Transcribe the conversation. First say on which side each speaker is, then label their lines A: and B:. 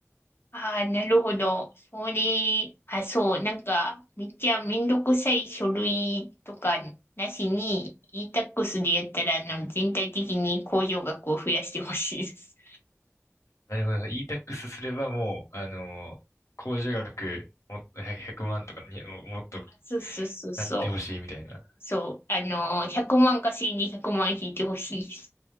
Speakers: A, on the left; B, on the left.
A: ああ、なるほど。それ、あ、そう、なんか、めっちゃめんどくさい書類とかなしに、e-tax でやったら、あの、全体的に控除額を増やしてほしいです。
B: なるほど。e-tax すればもう、あのー、控除額もっと100万とかにももっと
A: <laughs> あそうそうそうそう。
B: なってほしいみたいな。
A: そう、あの、100万稼いで100万引いてほしいです。